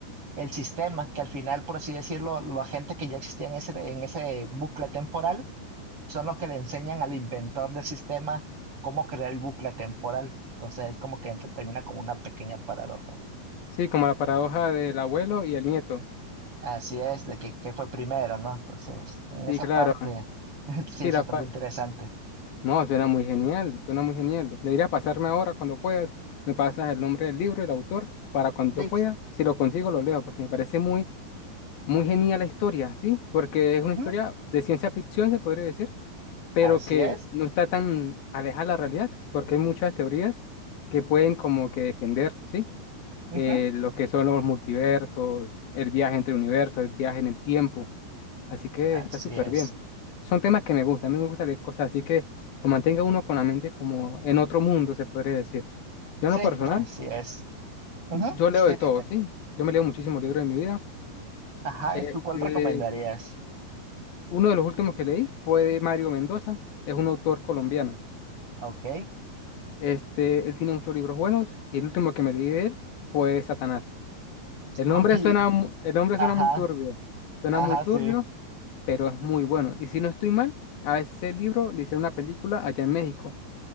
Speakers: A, on the right (about 35°); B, on the left (about 65°).
A: el sistema, que al final, por así decirlo, la gente que ya existía en ese, en ese bucle temporal son los que le enseñan al inventor del sistema cómo crear el bucle temporal. Entonces es como que entre- termina con una pequeña paradoja.
B: Sí, como la paradoja del abuelo y el nieto.
A: Así es, de que, qué fue primero, ¿no? Entonces, en
B: Sí,
A: esa
B: claro.
A: parte <laughs> sí
B: Sí,
A: es
B: la,
A: bastante
B: pa-
A: interesante.
B: No, suena muy genial, suena muy genial. Deberías pasarme ahora cuando puedas. Me pasas el nombre del libro, el autor, para cuando
A: Sí,
B: yo pueda, si lo consigo, lo leo, porque me parece muy, muy genial la historia, ¿sí? Porque
A: ujú,
B: es una historia de ciencia ficción, se podría decir, pero
A: así
B: que
A: es,
B: no está tan alejada de la realidad, porque hay muchas teorías que pueden como que defender, ¿sí?
A: ujú,
B: Eh, lo que son los multiversos, el viaje entre universos, el viaje en el tiempo. Así que
A: así
B: está súper
A: es.
B: bien. Son temas que me gustan, a mí me gusta leer cosas, así que lo mantenga uno con la mente como en otro mundo, se podría decir. Yo
A: Sí,
B: en lo personal,
A: así es. ujú,
B: yo leo
A: sí,
B: de todo,
A: dime.
B: ¿sí? Yo me leo muchísimos libros en mi vida.
A: Ajá,
B: Este,
A: ¿y ¿tú cuál recomendarías?
B: uno de los últimos que leí fue de Mario Mendoza, es un autor colombiano.
A: Ok,
B: Este, él tiene muchos libros buenos y el último que me leí de él fue Satanás. El
A: <laughs>
B: nombre
A: ok,
B: suena, mu- el nombre
A: ajá,
B: suena muy turbio, suena
A: ajá,
B: muy turbio,
A: sí.
B: pero es muy bueno. Y si no estoy mal, a ese libro le hicieron una película allá en México